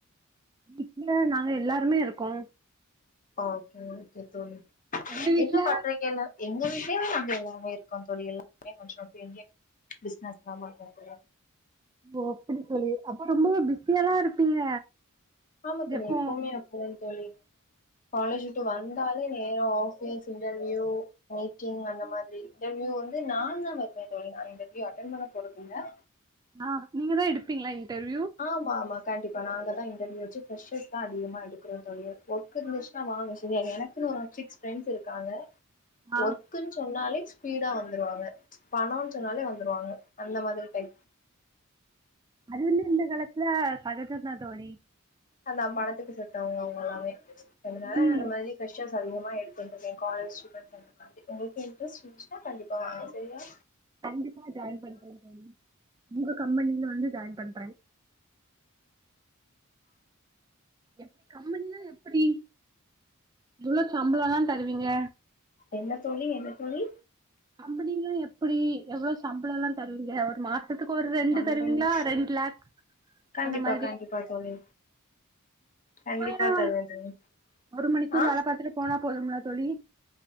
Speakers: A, on the right; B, on the left.
A: வீட்டுல நாங்க எல்லாருமே இருக்கோ
B: ஓகே ஓகே தோழி
A: உங்க வீட்ல
B: என்ன பண்றீங்க எல்லா எங்க வீட்லயுமே நாங்க எல்லாமே இருக்கோ தோழி எல்லாமே கொஞ்சோ இப்பயே இங்கியே பிஸ்னஸ்லா பண்ரீங்களா
A: ஓ அப்படி சொல்லி அப்ப ரொம்ப பிஸியால்லா இருப்பீங்க
B: ஆமா தோழி
A: எப்போ
B: எப்பவுமே அப்டிதா தோழி காலேஜ் விட்டு வந்தாலே நேரா ஆஃபீஸ் இன்டர்வியூ மீட்டிங் அந்த மாதிரி இன்டர்வியூ வந்து நா தா வெப்பே தோழி நா இன்டர்வியூ அட்டன் பண்ண போறதில்ல
A: அ நீங்க தா எடுப்பீங்களா இன்டர்வியூ
B: ஆமா ஆமா கண்டிப்பாக நாங்க தா இன்டர்யூ வெச்சி ஃப்ரெஷஸ் தா அதிகமாக எடுக்குறோ‌ தோழி ஒர்க்கு இருந்துச்சின்னா வாங்க செரியா ஏன்னா ஒர்க்குல ஒரு <unintelligible> ஃப்ரெண்ட்ஸ் இருக்காங்க
A: ஆ
B: ஒர்குன் சொன்னாலே ஸ்பீடா வந்துருவாங்க பணோன் சொன்னாலே வந்துருவாங்க அந்த மாதிரி டைப்
A: அது வந்து இந்த காலத்துல சகஜந்தா தோழி
B: அதா பணத்துக்கு செத்தவங்க அவங்க எல்லாமே அதனால
A: ம்
B: அந்த மாதிரி ஃப்ரெஷ்ஷர்ஸ் அதிகமா எடுத்துன்ருக்கே காலேஜ் ஃப்ரெண்ட்ஸ் அந்த மாதிரி உங்களுக்கு இன்ட்ரெஸ்ட் இருஞ்சின்னா கண்டிப்பாங்க வாங்க செரியா
A: கண்டிப்பா ஜாயின் பண்றே தோழி உங்க கம்பெனில வந்து ஜாயின் பண்றே எப்டி கம்பெனிலா எப்டி எவ்ளோ சம்பளல்லா தருவீங்க
B: என்ன தோழி என்ன தோழி
A: கம்பெனில்லா எப்படி எவ்ளோ சம்பளோல்லா தர் ருவீங்க ஒரு மாசத்துக்கு ஒரு ரெண்டு
B: கம்பெனி
A: தருவீங்களா ரெண்டு லேக்
B: கண்டிப்பா
A: அந்த மாதிரி
B: கண்டிப்பா தோழி கண்டிப்பா
A: சுமைரா
B: தருவே தோழி
A: ஒரு மணிக்கு
B: ஆ
A: வேல பாத்துட்டு போனா போதும்லத் தோழி